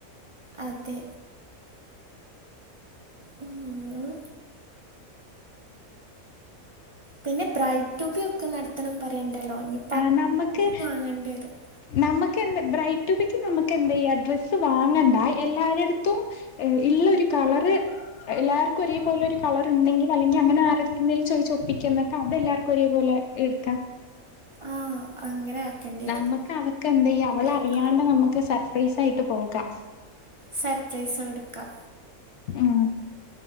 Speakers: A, on the right; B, on the left.
A: അതെ ഊം ഉം പിന്നെ ബ്രൈഡ് ട്ടുബി ഒക്കെ നടത്തണം പറയ്ണ്ടല്ലോ ഇഞ്ഞി
B: ആഹ് നമ്മക്ക്
A: ങ്ങണ്ടെരും <inaudible>
B: നമക്ക് എന്താ ബ്രൈഡ്ടുബിക്ക് നമക്ക് എന്തെയ്യ ഡ്രസ്സ് വാങ്ങണ്ട എല്ലാരെടത്തും ഇള്ളരു കളർ എല്ലാര്ക്കും ഒരേപോലെ ഒരു കളർണ്ടെങ്കിൽ അല്ലെങ്കിലങ്ങനെ ആ ആരെട്ത്ത്ന്നേലും ചോയ്ച്ച് ഒപ്പിക്ക ന്നട്ട് അതെല്ലാർക്കും ഒരേപോലെ എടുക്കാം
A: ആഹ് അങ്ങനെ ആക്കേണ്ടി
B: നമ്മക്ക്
A: വരും
B: അവക്കെന്തെയ്യ അവളറിയാണ്ട്
A: ലൈക്ക്
B: നമുക്ക് സർപ്രൈസ് ആയിട്ട് പോകാം
A: സർപ്രൈസ് കൊടുക്ക
B: ഉം